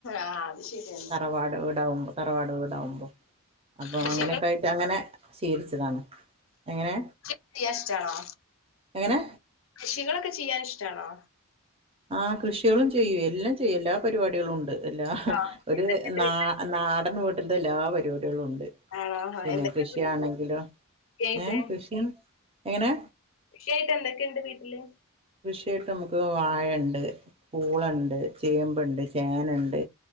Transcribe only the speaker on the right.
തറവാട് വീടകുമ്പോ തറവാട് വീടാവുമ്പോ അപ്പൊ
അങ്ങനെയൊക്കെ അതങ്ങനെ ശീലിച്ചതാണ് എങ്ങനെ
എങ്ങനെ
ആ കൃഷികളും ചെയ്യും എല്ലാം ചെയ്യും എല്ലാ പരിപാടികളും ഉണ്ട് എല്ലാ
ഒരു
നാ
ആ നാടൻ വീട്ടിലത്തെ എല്ലാ പരിപാടികളും ഉണ്ട്
പിന്നെ
കൃഷിയാണെങ്കിലോ
ഏ കൃഷി എങ്ങനെ
കൃഷിയായിട്ട് നമുക്ക് വാഴണ്ട് പൂളണ്ട് ചേമ്പുണ്ട് ചേനണ്ട്